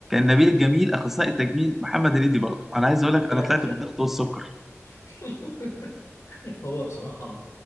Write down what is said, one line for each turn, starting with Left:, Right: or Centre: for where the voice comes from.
Centre: نبيل الجميل اخصائي التجميل محمد هنيدي برضو انا عايز اقول لك
Left: يا
Centre: انا طلعت
Left: ساتر
Centre: بالضغط والسكر
Left: <laughs> هو بصراحة